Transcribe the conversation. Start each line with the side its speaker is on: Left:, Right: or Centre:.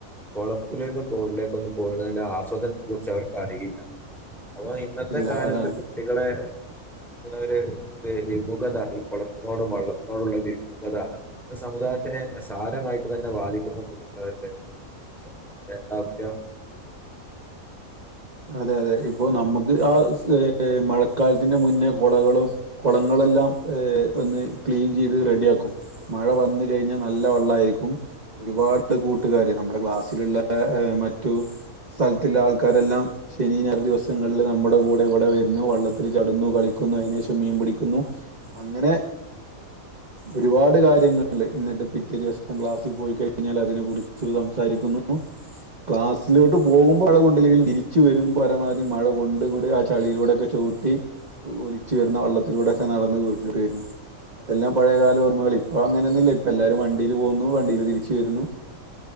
Centre: കോളത്തിലേക്കും തോട്ട്ലേക്കൊന്നും പോണേന്റാ ആസ്വാദനത്തെ കുറിച്ച് അവർക്ക് അറിയില്ല അപ്പോ ഇന്നത്തെ
Right: ഇല്ല
Centre: കാലത്ത്
Right: അതാണ്
Centre: കുട്ടികളെ അത ഒര് വിമുഖത ഈ കുളത്തിനോടും വള്ളത്തിനോടുള്ള ഒരു വിമുഖത അത് സമുദാ ദായത്തിനെ സാരമായിട്ട് തന്നെ വാദിക്കുന്നുണ്ട് <unintelligible> കേകവാത്ത്യഓ
Right: അതെ അതെ ഇപ്പോ നമ്മുക്ക് ആ സ്‌ മഴക്കാലത്തിന്റെ മുന്നേ കുളകളും കുളങ്ങളെല്ലാം ഏ ഒന്ന് ക്ളീൻ ചെയ്ത് റെഡിയാക്കും മഴ വന്ന് കഴിഞ്ഞാൽ നല്ല വെള്ളയിരിക്കും ഒരുപാട് കൂട്ടുകാര് നമ്മുടെ ക്ലാസ്സിലുള്ള മറ്റു സ്ഥലത്തില്ലാ ആൾക്കാരെല്ലാം ശനി ഞായർ ദിവസങ്ങളിൽ നമ്മുടെ കൂടെ ഇവിടെ വരുന്നു വള്ളത്തിൽ ചടുന്നു കളിക്കുന്നു അതിനുശേഷം മീൻ പിടിക്കുന്നു അങ്ങനെ ഒരുപാട് കാര്യങ്ങളില് എന്നിട്ട് പിറ്റേ ദിവസം ക്ലാസിൽ പോയി കഴിഞ്ഞാൽ അതിനെക്കുറിച്ച് സംസാരിക്കുന്നു ക്ലാസ്സിലോട്ട് പോകുമ്പോ അതുകൊണ്ട് തിരിച്ചു വരുമ്പോൾ ഒരു മാതിരിമഴ കൊണ്ട് കൂടി ആ ചളിയിലൂടെക്കെ ചവിട്ടി ഒലിച്ച് വരുന്ന വള്ള ള്ളത്തിലൂടൊക്കെ നടന്ന് വീട്ടിലോട്ട് വരുന്നു അതെല്ലാം പഴയ കാല ഓർമ്മകൾ ഇപ്പം അങ്ങനെയൊന്നും ഇല്ല ഇപ്പം എല്ലാരും വണ്ടിയില് പോകുന്നു വണ്ടിയില് തിരിച്ചു വരുന്നു